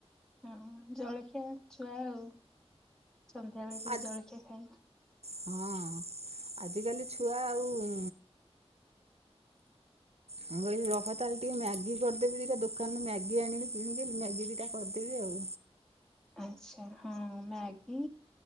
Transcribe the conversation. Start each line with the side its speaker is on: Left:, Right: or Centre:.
Centre: ହଁ ଜଳଖିଆ ଛୁଆ ଆଉ ସନ୍ଧ୍ୟାବେଳେ ଟିକେ
Right: ଆ
Centre: ଜଳଖିଆ ଖାଇ-
Right: ହଁ ଆଜିକାଲି ଛୁଆ ଆଉ। ମୁଁ କହିଲି ରହ ତାହେଲେ ଟିକେ ମ୍ୟାଗି କରିଦେବି ଦିଟା ଦୋକାନରୁ ମ୍ୟାଗି ଆଣିଲି କିଣିକି ମ୍ୟାଗି ଦିଟା କରିଦେବି ଆଉ।
Centre: ଆଛା ହଁ ମ୍ୟାଗି